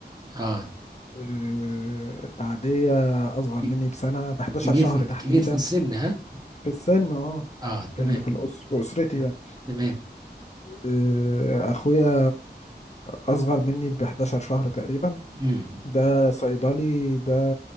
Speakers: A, on the right; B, on the left.
A: اه
B: آه، بعديه اصغر
A: ك-
B: مني بسنة ب 11
A: كبير في
B: شهر تحديدا
A: كبير في السن ها
B: في السن اه
A: اه
B: في
A: تمام
B: ال- في الأس... في اسرتي يعني
A: تمام
B: آه، اخويا اصغر مني ب 11 شهر تقريبا
A: امم
B: ده صيدلي ده